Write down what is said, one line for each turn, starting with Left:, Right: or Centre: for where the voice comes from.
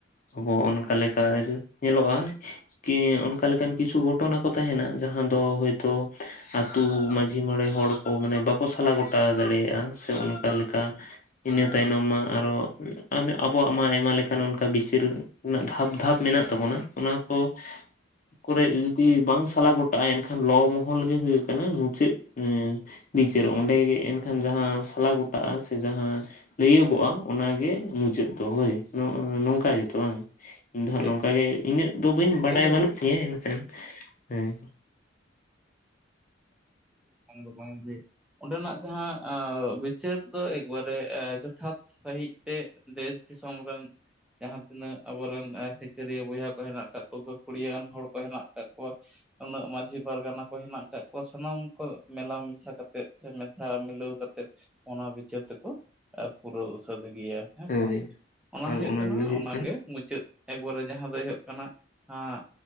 Left: ᱟᱵᱚ ᱚᱱᱠᱟ ᱞᱮᱠᱟ ᱧᱮᱞᱚᱜ-ᱟ ᱠᱤ ᱚᱱᱠᱟ ᱞᱮᱠᱟᱱ ᱠᱤᱪᱷᱩ ᱜᱷᱚᱴᱚᱱᱟ ᱠᱚ ᱛᱟᱦᱮᱱᱟ ᱡᱟᱦᱟᱸ ᱫᱚ ᱦᱳᱭᱛᱳ ᱟᱹᱛᱩ ᱢᱟᱹᱡᱷᱤ ᱢᱚᱬᱮ ᱦᱚᱲ ᱠᱚ ᱢᱟᱱᱮ ᱵᱟᱠᱚ ᱥᱟᱞᱟ ᱜᱚᱴᱟ ᱫᱟᱲᱮᱭᱟᱜ-ᱟ ᱥᱮ ᱚᱱᱠᱟ ᱞᱮᱠᱟ ᱤᱱᱟᱹ ᱛᱟᱭᱱᱚᱢ ᱢᱟ ᱟᱨᱚ ᱟᱢᱮ ᱟᱵᱚᱣᱟᱜ ᱢᱟ ᱟᱭᱢᱟ ᱞᱮᱠᱟᱱ ᱚᱱᱠᱟ ᱵᱤᱪᱟᱹᱨ ᱨᱮᱱᱟᱜ ᱫᱷᱟᱯ ᱫᱷᱟᱯ ᱢᱮᱱᱟᱜ ᱛᱟᱵᱚᱱᱟ ᱚᱱᱟ ᱠᱚᱵ ᱠᱚᱨᱮᱜ ᱡᱩᱫᱤ ᱵᱟᱝ ᱥᱟᱞᱟ ᱜᱚᱴᱟᱜᱼᱟ ᱮᱱᱠᱷᱟᱱ ᱞᱚ ᱢᱚᱦᱚᱞ ᱜᱮ ᱦᱩᱭᱩᱜ ᱠᱟᱱᱟ ᱢᱩᱪᱟᱹᱫ ᱵᱤᱪᱟᱹᱨ ᱚᱸᱰᱮ ᱜᱮ ᱮᱱᱠᱷᱟᱱ ᱡᱟᱦᱟᱸ ᱥᱟᱞᱟ ᱜᱚᱴᱟᱜ-ᱟ ᱥᱮ ᱡᱟᱦᱟᱸ ᱞᱟᱹᱭᱟᱹᱜᱚᱜ-ᱟ ᱚᱱᱟ ᱜᱮ ᱢᱩᱪᱟᱹᱫ ᱫᱚ ᱦᱳᱭ ᱱᱚᱝᱠᱟ ᱜᱮᱛᱚ ᱵᱟᱝ ᱤᱧ ᱫᱚ ᱦᱟᱸᱜ
Centre: ᱴᱷᱤᱠ
Left: ᱱᱚᱝᱠᱟ
Centre: ᱴᱷᱤᱠ
Left: ᱜᱮ ᱤᱱᱟᱹᱜ ᱫᱚ ᱵᱟᱹᱧ ᱵᱟᱰᱟᱭ
Centre: ᱮᱠᱵᱟᱨᱮ
Left: ᱵᱟᱹᱱᱩᱜ ᱛᱤᱧᱟᱹ ᱮᱱᱠᱷᱟᱱ ᱦᱮᱸ
Centre: ᱠᱟᱱ ᱫᱚ ᱵᱟᱝ ᱡᱮ ᱚᱸᱰᱮᱱᱟᱜ ᱫᱚ ᱦᱟᱸᱜ ᱟᱻ ᱵᱤᱪᱟᱹᱨ ᱫᱚ ᱮᱠᱵᱟᱨᱮ ᱡᱚᱛᱷᱟᱛ ᱥᱟᱺᱦᱤᱡ ᱛᱮ ᱫᱮᱥ ᱫᱤᱥᱚᱢ ᱨᱮᱱ ᱡᱟᱦᱟᱸ ᱛᱤᱱᱟᱹᱜ ᱟᱵᱚ ᱨᱮᱱ ᱮᱸ ᱥᱤᱠᱟᱹᱨᱤᱭᱟᱹ ᱵᱚᱭᱦᱟ ᱠᱚ ᱦᱮᱱᱟᱜ ᱠᱟᱫ ᱠᱚ ᱜᱟᱹᱠᱷᱩᱲᱤᱭᱟᱹᱣᱟᱱ ᱦᱚᱲ ᱠᱚ ᱦᱮᱱᱟᱜ ᱠᱟᱫ ᱠᱚ᱾ ᱩᱱᱟᱹᱜ ᱢᱟᱹᱡᱷᱤ ᱯᱟᱨᱜᱟᱱᱟ ᱠᱚ ᱦᱮᱱᱟᱜ ᱠᱟᱜ ᱠᱚ ᱥᱟᱱᱟᱢ ᱠᱚ ᱢᱮᱞᱟ ᱢᱮᱥᱟ ᱠᱟᱛᱮᱫ ᱥᱮ ᱢᱮᱥᱟ ᱢᱤᱞᱟᱹᱣ ᱠᱟᱛᱮᱫ᱾ ᱚᱱᱟ ᱵᱤᱪᱟᱹᱨ ᱛᱮᱠᱚ ᱯᱩᱨᱟᱹᱣ᱾ ᱦᱮᱸ
Left: ᱦᱳᱭ
Centre: ᱥᱮ ᱚᱱᱟ
Left: ᱟᱨ
Centre: ᱦᱩᱭᱩᱜ
Left: ᱚᱱᱟᱜᱮ
Centre: ᱠᱟᱱᱟ
Left: ᱦᱩᱭᱩᱜ
Centre: ᱚᱱᱟ ᱜᱮ ᱢᱩᱪᱟᱹᱫ ᱮᱠᱵᱟᱨᱮ ᱡᱟᱦᱟᱸ ᱫᱚᱭ ᱦᱩᱭᱩᱜ ᱠᱟᱱᱟ ᱟᱸᱜ